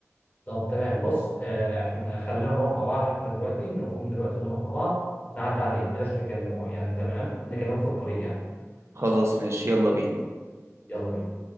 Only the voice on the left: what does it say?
طب تمام بص آه، احنا خلينا نروح مع بعض احنا دلوقتي نقوم دلوقتي ونروح مع بعض نعدي عليه بلاش تتكلموا يعني تمام نكلمه في الطريق يعني
يلا بينا